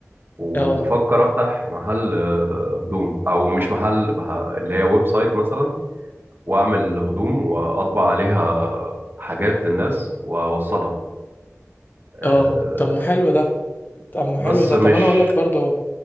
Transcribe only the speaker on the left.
اه
اه طب ما حلو ده طب ما
حلو ده
طب انا اقول لك برضو